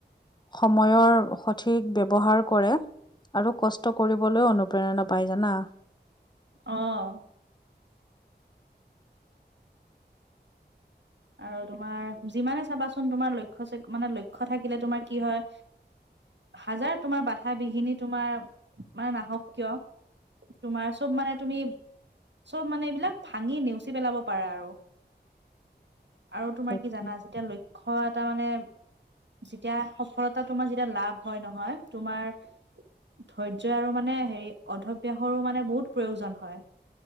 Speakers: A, on the left; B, on the right.
A: সময়ৰ সঠিক ব্যৱহাৰ কৰে। আৰু কষ্ট কৰিবলৈও অনুপ্ৰেৰণা পাই জানা।
B: অহ। আৰু তোমাৰ যিমানে চাবাচোন তোমাৰ লক্ষ্য মানে লক্ষ্য থাকিলে তোমাৰ কি হয়। হাজাৰ তোমাৰ বাধা বিঘিনী তোমাৰ মানে নাহক কিয়। তোমাৰ চব মানে তুমি- চব মানে এইবিলাক ভাঙি নেওচি পেলাব পাৰা। আৰু আৰু তোমাৰ
A: তাকে।
B: কি জানা যেতিয়া লক্ষ্য এটা মানে- যেতিয়া সফলতা তোমাৰ যেতিয়া লাভ হয় নহয় তোমাৰ। ধৈৰ্য্য আৰু মানে হেৰি অধ্যাৱসাৰো মানে বহুত প্ৰয়োজন হয়। <inaudible>